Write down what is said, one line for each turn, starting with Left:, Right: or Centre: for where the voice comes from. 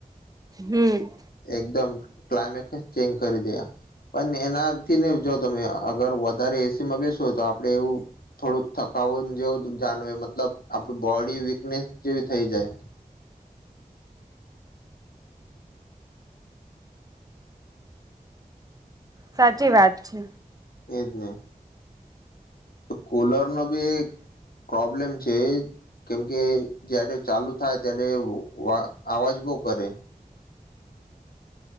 Right: હમ્મ.
Left: એકદમ ક્લાયમેટ ચેન્જ કરી દે આ પણ એના થીને જો તમે અગર વધારે એસી માં બે સો તો આપડે એવું થોડું થકાવ જેવો જાણવે મતલબ આપણ બોડી વીકનેસ જેવી થઈ જાય.
Right: સાચી વાત છે.
Left: તેજને. તો કુલર નો બી એક પ્રોબ્લેમ છે એ કેમકે જય્યારે ચાલુ થાય ત્યારે અવાજ બો કરે. <unintelligible>